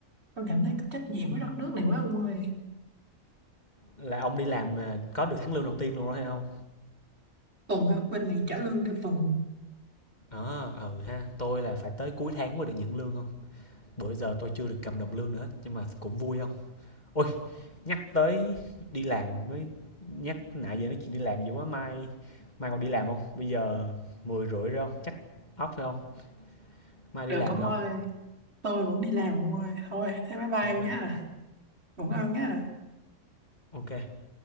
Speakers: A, on the right; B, on the left.
A: tôi cảm thấy có trách nhiệm với đất nước này quá ông ơi
B: là ông đi làm mà có được tháng lương đầu tiên luôn rồi hay không
A: tuần á, bên này trả lương theo tuần
B: ờ à, ừ ha tôi là phải tới cuối tháng mới được nhận lương không bữa giờ tôi chưa được cầm đồng lương nữa hết nhưng mà cũng vui không ôi nhắc tới đi làm mới nhắc nãy giờ nói chuyện đi làm dữ quá mai mai còn đi làm không bây giờ mười rưỡi rồi không chắc off thôi không mai
A: được
B: đi làm
A: ông
B: nữa
A: ơi
B: không
A: tôi cũng đi làm ông ơi thôi thế bye bye em
B: Ok.
A: nhé ngủ ngon nhé
B: ok